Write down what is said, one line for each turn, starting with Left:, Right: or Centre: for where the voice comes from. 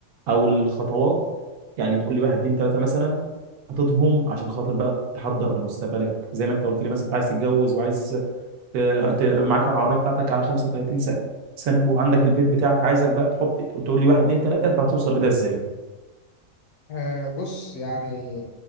Right: او الخطوات يعني تقول لي واحد اتنين تلاته مثلا حاططهم عشان خاطر بقى تحضر لمستقبلك زي ما انت قلت لي مثلا انت عايز تتجوز وعايز ت- ت- معاك العربيه بتاعتك على 35 سنه سنه وعندك البيت بتاعك عايزك بقى تحط وتقول لي واحد اتنين تلاته انت هتوصل لده ازاي
Left: آه بص يعني